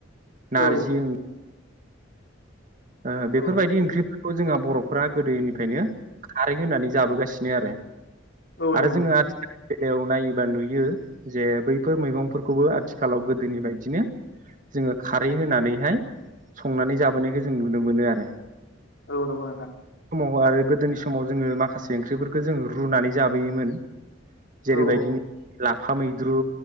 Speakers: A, on the left; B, on the right.
A: औ
B: नारजि ओं ओ बेफोरबायदि
A: औ
B: ओंख्रि जोंहा बर' <unintelligible> गोदोनिफ्रायनो खारै होनानै जाबोगासिनो आरो।
A: औ नंगौ
B: आरो
A: नोंथां
B: जोङो आथिखाल बेलायाव नायोबा नुयो जे बैफोर मैगंफोरखौबो आथिखालाव गोदोनि बायदिनो जोङो खारै होनानैहाय संनानै जाबोनायखौ जों नुनो मोनो आरो।
A: औ नंगौ नोंथां
B: औ आरो गोदोनि समाव जोङो माखासे ओंख्रिफोरखौ जों रुनानै जाबोयोमोन। जेरैबायदि
A: औ
B: ला फा मैद्रु